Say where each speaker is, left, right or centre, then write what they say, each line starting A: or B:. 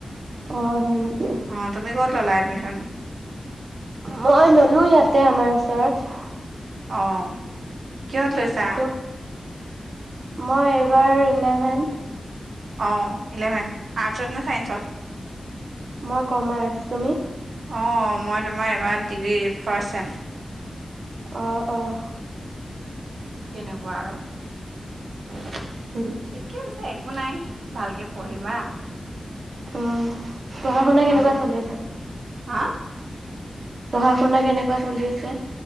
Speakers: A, on the right (about 65°); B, on the right (about 90°).
A: অ হয় নেকি
B: অ তুমি কত ললা এডমিচন?
A: মই ললো ইয়াতে, আমাৰ ওচৰত।
B: অঁ কিহঁত লৈছা?
A: ত মই এইবাৰ ইলেভেন্।
B: অ ইলেভেন, আৰ্টছত নে? চাইন্সত?
A: মই কমাৰছ, তুমি?
B: অঁ মই তোমাৰ এবাৰ ডিগ্ৰী ফাৰ্ষ্ট ছেম।
A: আহ আহ।
B: তেনেকুৱা আৰু। <unintelligible>
A: উম
B: ঠিকে আছে। একো নাই ভালকে পঢ়িবা।
A: আহ। পঢ়া শুনা
B: ইমান
A: কেনেকুৱা চলি আছে?
B: হা
A: পঢ়া শুনা কেনেকুৱা চলি আছে?